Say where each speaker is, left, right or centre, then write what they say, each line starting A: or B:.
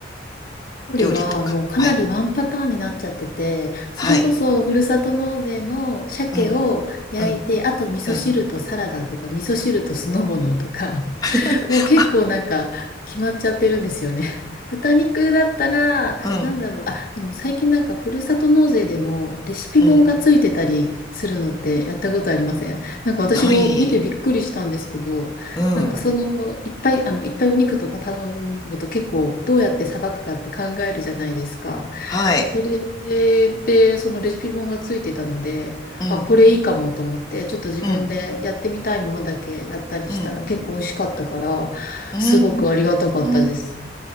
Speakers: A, on the left; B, on the left.
A: 距離はもうかなりワンパターンになっちゃってて、
B: 料理とか。はい。
A: それこそふるさと納税の鮭を焼いて、
B: はい。うん、うん、
A: あと味噌汁とサラダとか、
B: うん、
A: 味噌汁と酢の物とか、
B: <laughs>
A: もう結構なんか決まっちゃってるんですよね。<laughs> 豚肉だったら、
B: うん、
A: なんだろう。あ、でも最近なんかふるさと納税でもレシピ本がついてたりするのってやったことありませんなんか私も見てびっくりしたんですけど、
B: うん。ない。うん。
A: なんかその、いっぱい、あの、いっぱいお肉とか頼むと結構どうやってさばくかって考えるじゃないですか。
B: はい。
A: それで、そのレシピ本がついてたので、
B: うん、
A: あ、これいいかもと思って、ちょっと自分でやってみたいものだけやったりしたら結構美味しかったから、
B: うん、うん。うー
A: すごくありがたかったです。
B: ん。